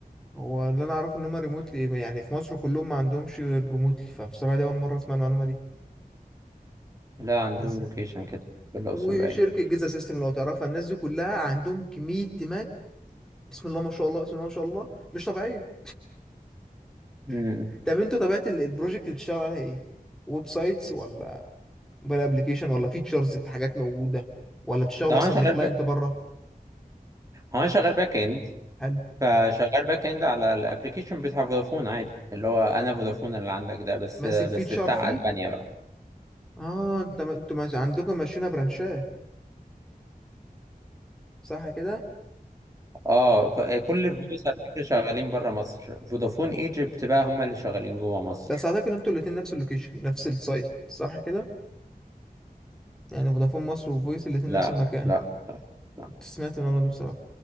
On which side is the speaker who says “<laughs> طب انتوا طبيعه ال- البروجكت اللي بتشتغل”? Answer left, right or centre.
Centre